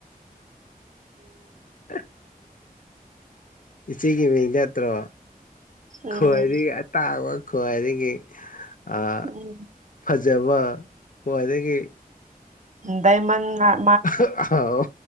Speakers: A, on the left; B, on the right.
A: ꯍ ꯏꯆꯦꯒꯤ ꯃꯤꯡ ꯅꯠꯇ꯭ꯔꯣ
B: ꯎꯝ
A: ꯈꯣꯏꯗꯤ ꯇꯥꯕ ꯈ꯭ꯋꯥꯏꯗꯒꯤ ꯑ
B: ꯎꯝ
A: ꯐꯖꯕ ꯈ꯭ꯋꯥꯏꯗꯒꯤ
B: ꯗꯥꯏꯃꯟꯅ
A: ꯑꯍ ꯑꯥꯎ